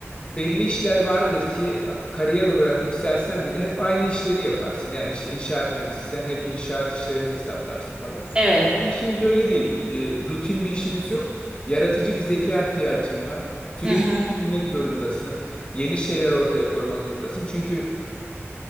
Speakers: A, on the left; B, on the right.
A: belli işler vardır ki kariyer olarak yükselsen bile hep aynı işleri yaparsın. Yani işte inşaat mühendisiysen hep inşaat işlerini hesaplarsın falan.
B: Evet.
A: Bizim işimiz öyle değil. E, rutin bir işimiz yok. Yaratıcı bir zeka ihtiyacın var. Sürekli
B: Hı hı,
A: düşünmek zorundasın. Yeni şeyler ortaya koymak zorundasın. Çünkü